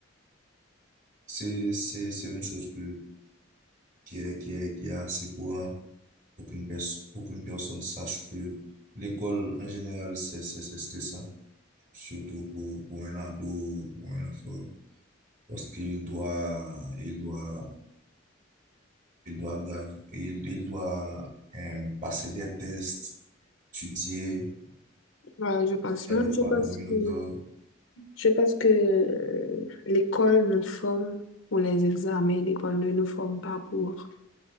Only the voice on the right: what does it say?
c'est, c'est, c'est une chose que, qui est, qui est, qui est assez courant pour qu'une pers- pour qu'une personne sache que l'école, en général, c'est, c'est, c'est stressant, surtout pour, pour un ado ou pour un enfant, parce qu'il doit, il doit, il doit, grave- il, il doit euh, passer des tests, étudier,
il
y a des
fois
dormir
autant,